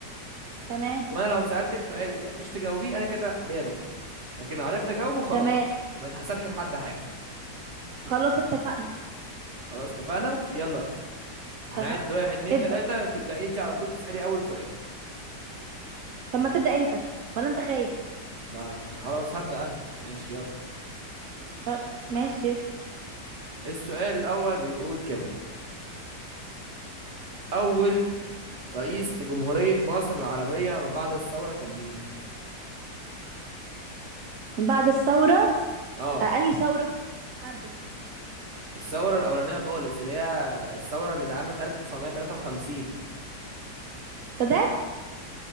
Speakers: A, on the right; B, on the right.
A: تمام
B: وانا لو سألتك سؤال وانت ما عرفتيش تجاوبيه انا كده ليا نقطة لكن لو عرفت اجاوبه خلاص
A: تمام
B: ما يتحسبش لحد حاجة
A: خلاص اتفقنا
B: خلاص اتفقنا يلا هنعد
A: اتفقنا
B: واحد اتنين
A: ابدا
B: تلاتة تبدأي انت على طول تسألي اول سؤال
A: طب ما تبدا انت ولا انت خايف
B: لا مش خلاص هبدأ انا ماشي يلا
A: طب ماشي يلا.
B: السؤال الاول بيقول كده اول رئيس لجمهورية مصر العربية من بعد الثورة كان مين؟
A: من بعد الثوره
B: اه
A: آه، انهي ثوره حدد
B: الثورة الأولانية خالص اللي هي الثورة اللي اتعملت 1953
A: سادات